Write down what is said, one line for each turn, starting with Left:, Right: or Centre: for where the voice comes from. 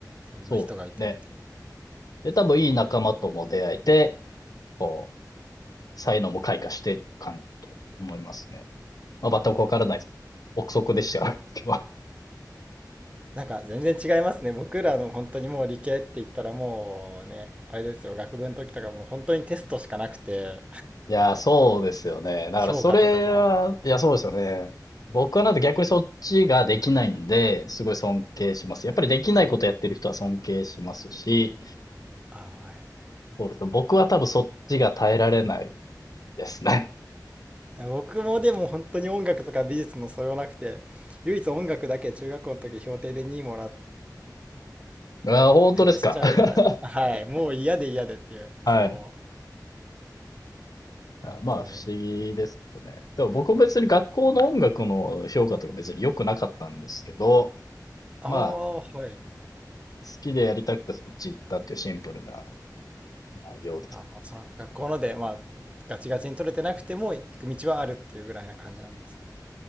Right: いろんな人がいてっていう。
Left: そうですね。で、
Right: そっか。
Left: 多分いい仲間とも出会えて、こう、才能も開花してっていう感じだと思いますね。まあ、
Right: ああ。
Left: 全くわからないですけど。憶測でしちゃうんですけど。<laughs>
Right: なんか全然違いますね。僕らの本当にもう理系って言ったらもうね、あれですよ、学部の時とかもう本当にテストしかなくて、
Left: いやー、そうですよね。
Right: <laughs>
Left: だからそれは、
Right: 評価とかも。
Left: いや、そうですよね。僕はなんで逆にそっちができないんで、すごい尊敬します。やっぱりできないことやってる人は尊敬しますし、
Right: ああ、え
Left: そうですね。僕は多分そっちが耐えられないですね。
Right: ー僕もでも本当に音楽とか美術の素養なくて、唯一音楽だけ中学校の時評定で2位もらっ
Left: <laughs> あー本当ですか。
Right: しちゃうぐらい。
Left: <laughs>
Right: はい。もう嫌で嫌でっていう。
Left: はい。
Right: そう。
Left: あ、
Right: 本当に。
Left: まあ、不思議ですよね。でも僕も別に学校の音楽の評価とか別に良くなかったんですけど、
Right: ああ、
Left: まあ、
Right: はい。
Left: 好きでやりたくてそっち行ったっていうシンプルな内容です。
Right: ああ、その学校ので、まあ、ガチガチに取れてなくても行く道はあるっていうぐらいな感じなんですね。